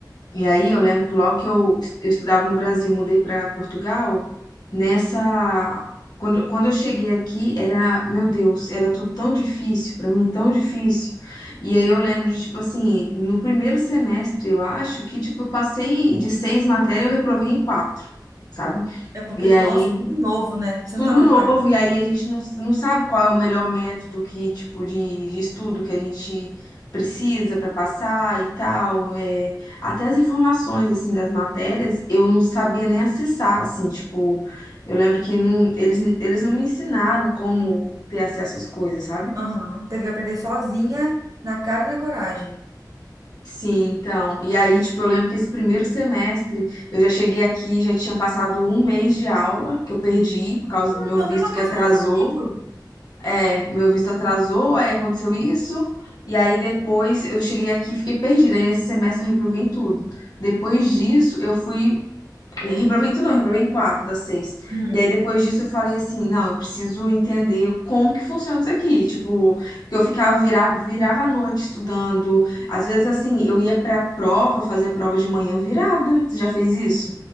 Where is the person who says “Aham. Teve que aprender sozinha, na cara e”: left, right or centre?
Right